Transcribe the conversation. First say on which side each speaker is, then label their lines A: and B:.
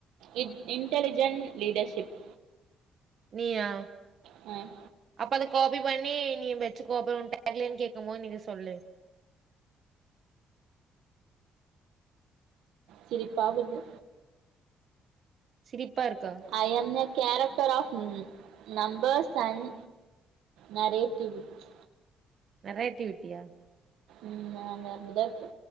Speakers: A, on the right; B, on the right.
A: it intelligent leadership
B: நீயா
A: ம்
B: அப்ப அது காப்பி பண்ணி நீ வெச்சிகோ அப்ப நீ டேக் லைன் கேக்கும் போது நீ சொல்லு
A: சிரிப்பா வருது
B: சிரிப்பா இருக்கா
A: I am a character of numbers and நறைய கேள்வி இச்
B: நறை ஆக்டிவிட்டியா
A: ம் அங்க அப்டிதா இருக்கு